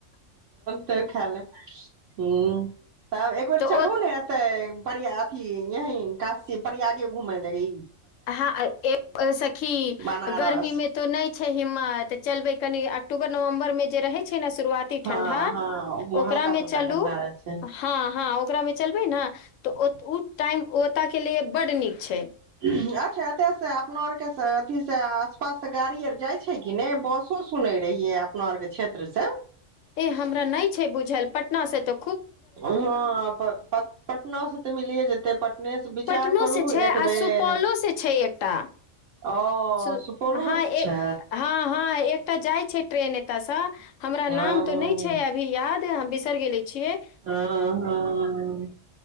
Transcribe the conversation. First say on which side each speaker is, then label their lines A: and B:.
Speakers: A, on the right (about 70°); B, on the left (about 75°).
A: तब खा लेब एक बेर
B: तऽ ओ
A: चलू ने तऽ पर अही यही काश से प्रयाग घूमय लगे
B: हँ सखी
A: बनारस
B: गर्मी मे <unintelligible> तो नहि छै हि्म तऽ चलबे कनि अक्टूबर नवम्बर जे रहै छै ने शुरुआती
A: हँ
B: ठणडा
A: हँ
B: ओकरामे
A: हल्का फुल्का
B: चलू
A: ठंडा रहे छै
B: हँ हँ ओकरा मे चलबै ने तऽ ओ टाइम ओतय के लिए बड नीक छै
A: अच्छा एतऽ से अपना के अथी से आसपास गाड़ी जाइ छै कि नहि बसो सुनने रहियै अपना आर के क्षेत्र से
B: ए हमरा नहि छै बुझल पटना से त
A: हऽ पटना से तऽ मिलिए जेते पटने से विचार
B: पटनो
A: करू
B: से छै आ
A: एक बेर
B: सुपौलो से छै एकटा
A: ओ
B: सु
A: सुपौलो
B: हँ
A: स
B: एक
A: छै
B: हँ हँ एक्टा जाइ छै ट्रेन एतय सँ हमरा नाम
A: ओ
B: तो न छै अभी याद ह हम बिसर गेले छिये
A: हँ हँ हँ